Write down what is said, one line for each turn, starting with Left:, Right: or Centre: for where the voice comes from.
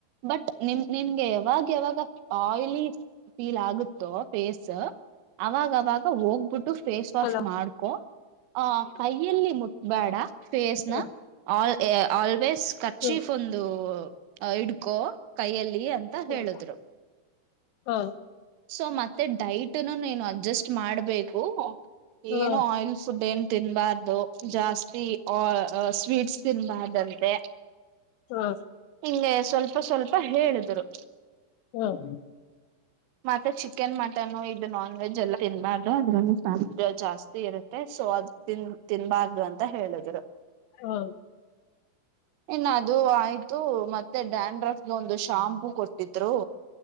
Right: ಬಟ್ ನಿಮ್ ನಿನ್ಗೆ ಯಾವಾಗ ಯಾವಾಗ ಆಯಿಲಿ ಫೀಲ್ ಆಗುತ್ತೋ ಫೇಸ್ ಅವಾಗವಾಗ ಹೋಗ್ಬಿಟ್ಟು ಫೇಸ್ ವಾಶ್
Left: ಹಲೋ
Right: ಮಾಡ್ಕೊ ಆ ಕೈಯಲ್ಲಿ ಮುಟ್ಬೇಡ ಫೇಸ್ನ
Left: ಹ
Right: ಆಲ್ ಆಲ್ವೇಸ್ ಕರ್ಚೀಫ್
Left: ಹ್ಮ್
Right: ಒಂದು ಅ ಇಡ್ಕೋ ಕೈಯಲ್ಲಿ ಅಂತ
Left: ಹಾ
Right: ಹೇಳಿದ್ರು.
Left: ಹಾ
Right: ಸೊ ಮತ್ತೆ ಡೈಟ್ನುನ ನೀನ ಅಡ್ಜಸ್ಟ್ ಮಾಡ್ಬೇಕು
Left: ಹಾ
Right: ಏನು
Left: ಹಾ
Right: ಆಯಿಲ್ ಫುಡ್ ಏನ್ ತಿನ್ಬಾರ್ದು. ಜಾಸ್ತಿ ಆ ಆ ಸ್ವೀಟ್ಸ್ ತಿನ್ಬಾರ್ದಂತೆ.
Left: ಹ್ಮ.
Right: ಹಿಂಗೆ ಸ್ವಲ್ಪ ಸ್ವಲ್ಪ ಹೇಳಿದ್ರು.
Left: ಹ್ಮ
Right: ಮತ್ತೆ ಚಿಕನ್ ಮಟನ್ ಇದು ನಾನ್ ವೆಜ್ ಎಲ್ಲ ತಿನ್ಬಾರ್ದು ಅದರಲ್ಲಿ <unintelligible> ಜಾಸ್ತಿ ಇರುತ್ತೆ ಸೊ ಅದ ತಿನ್ ತಿನ್ಬಾರ್ದು ಅಂತ ಹೇಳಿದ್ರು.
Left: ಹ್ಮ
Right: ಇನ್ನ ಅದು ಆಯ್ತು ಮತ್ತೆ ಡ್ಯಾನರದ ಒಂದ ಶಾಂಪೂ ಕೊಟ್ಟಿದ್ರು.